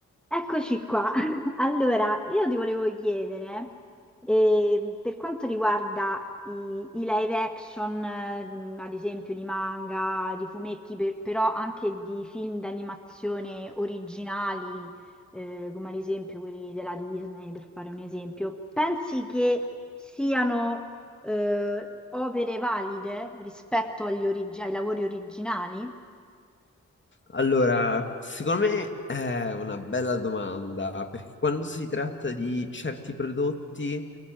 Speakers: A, in the centre; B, on the left.
A: Eccoci qua. <laughs> Allora, io ti volevo chiedere, eh, per quanto riguarda i, i live action, eh, ad esempio di manga, di fumetti, per- però anche di film d'animazione originali, eh, come ad esempio quelli della Disney, per fare un esempio, pensi che siano, eh, opere valide rispetto agli origi- ai lavori originali?
B: Allora, secondo me è una bella domanda, perché quando si tratta di certi prodotti,